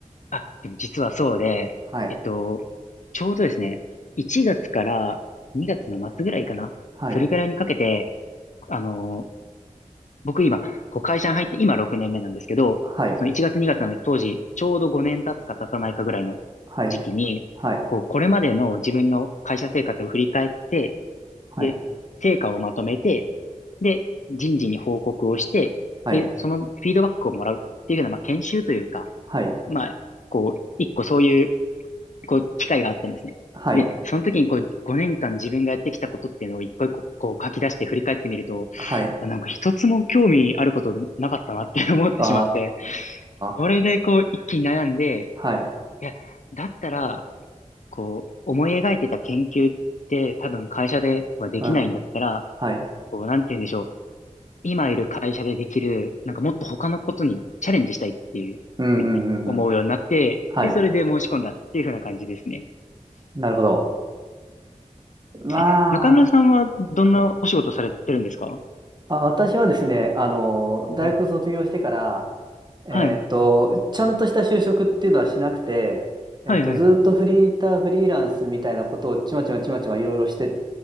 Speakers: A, on the left; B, on the right.
A: あ、でも実はそうで、
B: はい。
A: えっと、ちょうどですね、1月から2月の末ぐらいかな。
B: はい。
A: それぐらいにかけて、あのー僕今、こう会社に入って今6年目なんですけど、
B: はい。
A: その1月2月なんで当時、ちょうど5年経つか経たないかぐらいの時期に、
B: はい。はい。
A: こう、これまでの自分の会社生活を振り返って、
B: はい。
A: で、成果をまとめて、で、人事に報告をして、
B: はい、
A: で、そのフィードバックをもらうっていうような、まあ、研修というか、
B: はい、
A: まあ、こう、一個そういうこう、機会があったんですね。
B: はい、
A: で、その時にこう、5年間自分がやってきたことっていうのを一個一個こう書き出して振り返ってみると、
B: はい、
A: なんか一つも興味あることなかったなって思ってしまって、
B: あ
A: それでこう、
B: ー、
A: 一気に悩んで、
B: はい、
A: いや、だったら、こう、思い描いてた研究って多分会社ではできないんだったら、
B: うん、はい、
A: こう、なんて言うんでしょう。今いる会社でできる、なんかもっと他のことにチャレンジしたいっていうふうに思うようになって、
B: うん、うん、うん、うん、はい、
A: で、それで申し込んだっていうふうな感じですね。
B: なるほど。まあ、
A: え、中村さんはどんなお仕事されてるんですか
B: はい。あ、私はですね、あの、大学卒業してから、
A: はい。
B: えーっと、
A: はい。
B: ちゃんとした就職っていうのはしなくて、えーっと、
A: はい、はい、
B: ずーっとフリーター、
A: はい。
B: フリーランスみたいなことをちまちまちまちまいろいろして、